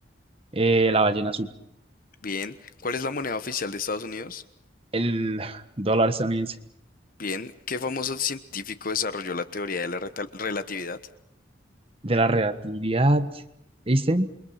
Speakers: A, on the right; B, on the left.
A: Eh, la ballena azul.
B: Bien. ¿Cuál es la moneda oficial de Estados Unidos?
A: El <laughs> dólar estadounidense.
B: Bien. ¿Qué famoso científico desarrolló la teoría de la reta- relatividad?
A: De la relatividad. Einstein.